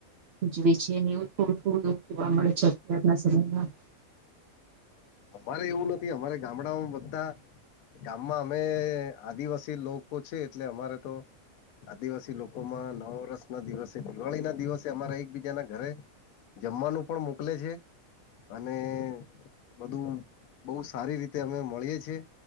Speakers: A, on the right (about 60°); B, on the left (about 75°).
A: ઉજવે છે અને એવું થોડું થોડું એવું જોવા મળે છે. અત્યારના સમયમાં
B: અમારે એવું નથી. અમારે ગામડાઓમાં બધા ગામમાં અમે આદિવાસી લોકો છે એટલે અમારે તો આદિવાસી લોકોમાં નવા વર્ષના દિવસે, દિવાળીના દિવસે અમારા એકબીજાના ઘરે જમવાનું પણ મોકલે છે અને બધું બઉુ સારી રીતે અમે મળીએે છીએ.